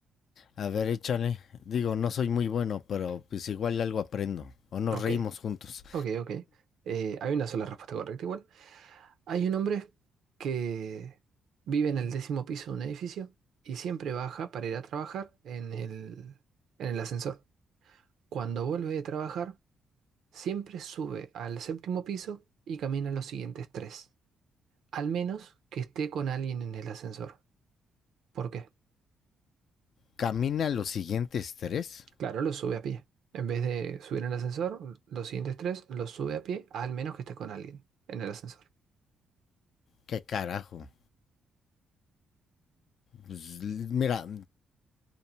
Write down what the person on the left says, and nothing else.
A ver, échale. Digo, no soy muy bueno, pero pues igual algo aprendo. O nos
reímos juntos.
Camina los siguientes tres.
¿Qué carajo? Pues, l- mira,